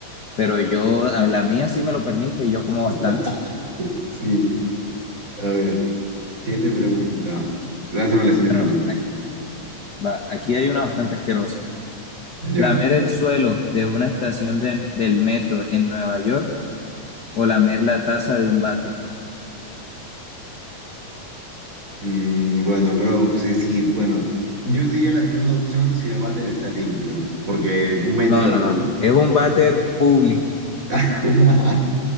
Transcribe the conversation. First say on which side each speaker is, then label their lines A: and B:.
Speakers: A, on the left; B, on the right.
A: pero yo, a la mía sí me lo permite y yo como bastante.
B: <laughs> sí, a ver. Siguiente pregunta. Lánzame la siguiente
A: <laughs> bueno
B: pregunta.
A: Va, aquí hay una bastante asquerosa.
B: Ya.
A: ¿Lamer el suelo de una estación de- del metro en Nueva York o lamer la taza de un váter?
B: Mm, bueno, creo que sí, sí, bueno. Yo diría la segunda opción si el váter está limpio, porque un metro
A: No, no,
B: lo...
A: no, no. Es un váter público.
B: <laughs>